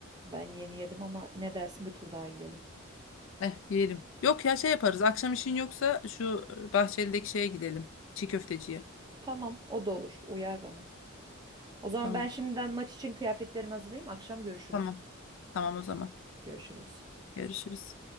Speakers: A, on the right (about 20°); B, on the left (about 65°).
A: ben yeni yedim ama ne dersin bir tur daha yiyelim.
B: Eh yiyelim. Yok ya şey yaparız. Akşam işin yoksa şu e, Bahçeli'deki şeye gidelim. Çiğ köfteciye.
A: Tamam, o da olur. Uyar bana. O zaman
B: Tamam.
A: ben şimdiden maç için kıyafetlerimi hazırlayayım. Akşam görüşürüz.
B: Tamam. Tamam o zaman.
A: Görüşürüz.
B: Görüşürüz.